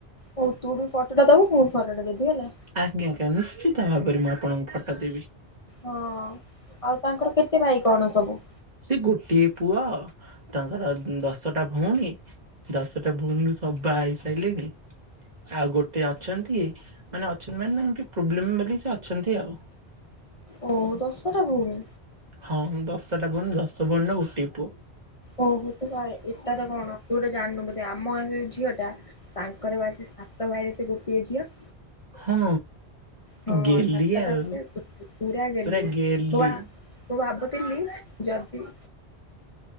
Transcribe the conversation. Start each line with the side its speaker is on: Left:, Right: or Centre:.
Left: ହଉ ତୁ ବି ଫଟୋ ଟା ଦବୁ। ମୁଁ ଫଟୋ ଟା ଦେବି ହେଲା।
Right: ଆଜ୍ଞା ଆଜ୍ଞା। ନିଶ୍ଚିତ ଭାବରେ ମୁଁ ଆପଣଙ୍କୁ ଫଟୋ ଦେବି।
Left: ହଁ, ଆଉ ତାଙ୍କର କେତେ ଭାଇ କ'ଣ ସବୁ?
Right: ସେ ଗୋଟିଏ ପୁଅ, ତାଙ୍କର ଦଶଟା ଭଉଣୀ। ଦଶଟା ଭଉଣରୁ ସବୁ ବାହା ହେଇସାରିଲେଣି। ଆଉ ଗୋଟେ ଅଛନ୍ତି। ମାନେ ଅଛନ୍ତି। ମାନେ ଟିକେ ପ୍ରୋବ୍ଲେମ ବୋଲି ସେ ଅଛନ୍ତ। ଆଉ
Left: ଓହୋ! ଦଶ ଟା ଭଉଣୀ!
Right: ହଁ, ଦଶଟା ଭଉଣୀ, ଦଶ ଭଉଣୀ ର ଗୋଟେ ପୁଅ।
Left: ଓହୋ। ତୁ ଏଇଟା ତ କ'ଣ, ତୁ ଗୋଟେ ଜାଣିନୁ ବୋଧେ। ଆମ ଝିଅ ଟା, ତାଙ୍କର ବା ସେ ସାତ ଭାଇରେ, ସେ ଗୋଟିଏ ଝିଅ।
Right: ହଁ।
Left: ହଁ
Right: ଗେଲି
Left: ସାତଟା
Right: ଆଉ
Left: ଭାଇରେ ପୁରା ଗଲି
Right: ପୁରା
Left: ୱାଉ।
Right: ଗେଲି।
Left: ମୁଁ ଭାବୁଥିଲି। ଯଦି!